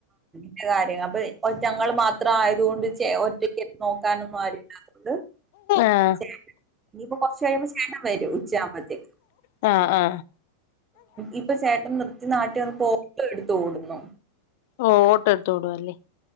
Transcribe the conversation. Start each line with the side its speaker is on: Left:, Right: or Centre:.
Right: <unintelligible> കാര്യങ്ങ അപ്പ ഒ ഞങ്ങൾ മാത്രം ഇത്ര ആയതുകൊണ്ട് ചെ ഒറ്റക്ക് നോക്കാനൊന്നും ആരും ഇല്ല അതുകൊണ്ട്
Left: ആഹ്
Right: ചേട്ട ഇനിപ്പോ കുറച്ച് കഴിയുമ്പോ ചേട്ടൻ വരും ഉച്ച ആവുമ്പഴത്തേക്ക്
Left: ആ ആ
Right: ഇപ്പ ചേട്ടൻ നിർത്തി നാട്ടി വന്ന് ഓട്ടോ എടുത്ത് ഓടുന്നു
Left: ഓഹ് ഓട്ട എടുത്തോടുവാ അല്ലേ